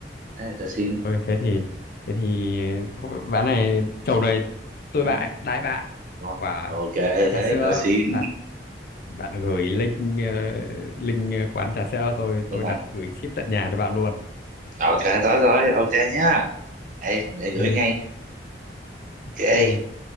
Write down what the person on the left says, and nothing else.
thôi thế thì thế thì hồi- ván này chầu này tôi
bãi đãi bạn
quả
trà
sữa
bạn bạn gửi link ờ, link quán trà sữa tôi
tôi
đặt gửi ship tận nhà cho bạn luôn
ok
ok